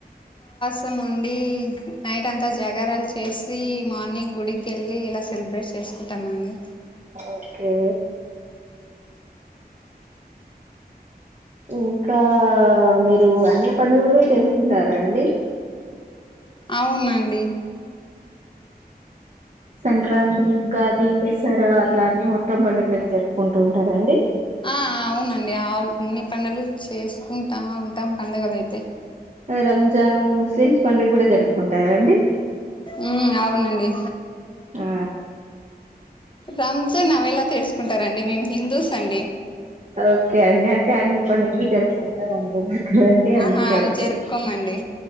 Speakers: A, on the left; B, on the right.
A: స్తమండి నైట్ అంతా జాగారలు చేసి మార్నింగ్ గుడికేళ్ళి ఇలా సెలబ్రేట్ చేసుకుంటామండి
B: ఓకే ఇంకా మీరు అన్ని పండుగలు చేసుకుంటారా అండి
A: అవునండి
B: సంక్రాంతి ఉగాది దసరా అట్ల అన్ని మొత్తం పండుగలని జరుపుకుంటు ఉంటారండి
A: ఆ అవునండి ఆ అన్ని పండగలు చేసుకుంటా ఉంటాం పండుగల అయితే
B: రంజాన్ ముస్లిం పండుగ కూడా జరుపుకుంటారండి
A: ఉమ్, అవునండి
B: ఆ
A: రంజాన్ అవి ఎలా తెర్సుకుంటారండి మేము హిందూస్ అండి
B: ఓకే అండి అంటే అన్ని పండగలు జరుపుకుంటా ఉంటాం అండి అందుకే
A: ఆహా అవి
B: అడిగాను
A: జరుపుకోమండి